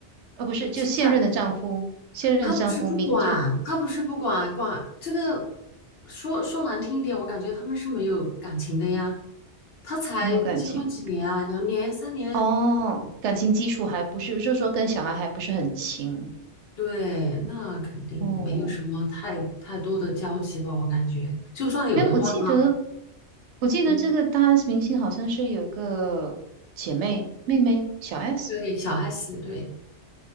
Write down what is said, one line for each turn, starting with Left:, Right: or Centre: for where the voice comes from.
Right: 呃，不是，就现任的丈夫，
Left: 现在？
Right: 现任的丈夫明就
Left: 他不是不管，他不是不管，管这个说说难听一点，我感觉他们是没有感情的呀。他才结婚几年啊，
Right: 没有感情
Left: 两年、三年，
Right: 哦，感情基础还不是，就是说跟小孩还不是很亲
Left: 对，那肯定没有什么太太多的交集吧，
Right: 哦。
Left: 我感觉。就算有的话，
Right: 哎，我记得
Left: 哈，
Right: 我记得这个大
Left: 嗯，
Right: S 明星好像是有个姐妹妹妹小 S，
Left: 对，小 S，对，